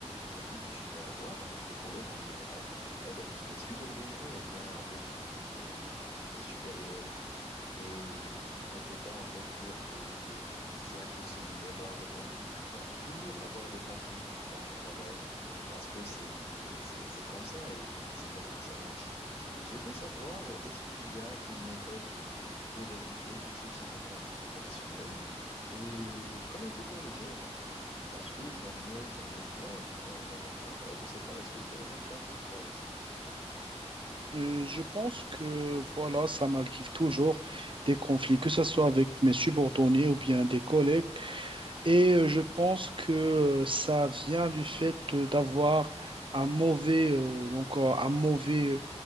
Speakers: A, on the left; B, on the right.
A: conflits que tu peux avoir avec tes collègues en général, avec tes subordonnés ou bien avec tes, tes, tes, tes supérieurs et euh, on peut pas en fait dire que, que c'est impossible d'avoir des conflits. Tu vas toujours avoir des conflits dans le travail parce que c'est euh, c'est c'est comme ça et c'est c'est comment ça marche. Et je veux savoir, euh, est-ce qu'il y a une méthode pour éviter ce type de conflit professionnel et euh, comment peut-on les gérer en fait? Parce que j'en ai j'en ai plein dans, dans mon travail. Je sais pas, est-ce que c'est le même cas pour toi aussi?
B: Euh, je pense que voilà, ça m'arrive toujours des conflits, que ce soit avec mes subordonnés ou bien des collègues. Et euh, je pense que euh, ça vient du fait euh, d'avoir un mauvais, euh, donc euh, un mauvais,